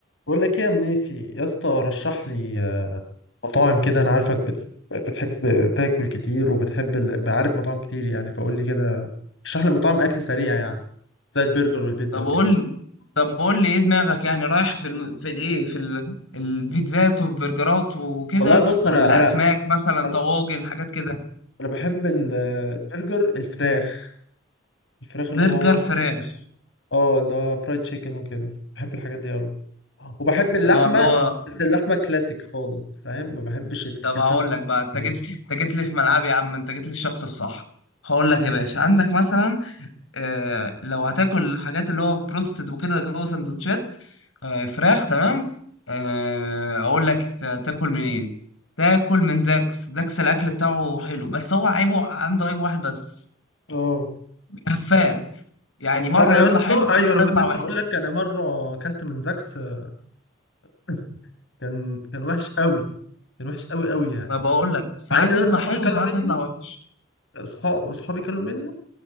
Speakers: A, on the left; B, on the left.
A: بقول لك ايه يا منيسي يا اسطى رشح لي آه، مطاعم كده انا عارفك بت- بتحب تاكل كتير وبتحب ال- عارف مطاعم كتير يعني فقول لي كده رشح لي مطاعم اكل سريع يعني زي البرجر والبيتزا
B: طب
A: وكده
B: قول لي طب قول لي ايه دماغك يعني رايح في ال... في الايه في ال... البيتزات والبرجرات وكده
A: والله بص
B: ولا
A: انا انا
B: اسماك مثلا
A: انا
B: طواجن حاجات كده
A: أنا بحب ال- البرجر الفراخ الفراخ اللي
B: برجر
A: هو
B: فراخ
A: اه اللي هو فرايد تشيكن وكده بحب الحاجات دي قوي وبحب اللحمه
B: اه اللي هو
A: بس اللحمه كلاسيك خالص فاهم ما بحبش افتكاسات
B: طب هقول لك بقى انت
A: اللحمة.
B: جيت انت جيت لي في ملعبي يا عم انت جيت لي الشخص الصح هقول لك
A: مم.
B: يا باشا عندك مثلا آه، لو هتاكل الحاجات اللي هو بروستد وكده جوه سندوتشات آه، فراخ تمام آه، اقول لك تاكل منين تاكل من زاكس زاكس الاكل بتاعه حلو بس هو عيبه عنده عيب واحد بس
A: اه
B: هفات يعني
A: بس
B: مره
A: انا يا
B: يطلع
A: اسطى
B: حلو مره
A: ايوه انا كنت
B: يطلع
A: لسه
B: وحش
A: هقول لك انا مره اكلت من زاكس <laughs> كان كان وحش قوي كان وحش قوي قوي يعني
B: ما بقول لك ساعات
A: مع ان ناس
B: يطلع
A: صحابي
B: حلو
A: كلوا
B: وساعات
A: مني
B: يطلع وحش
A: صحاب صحابي كلوا منه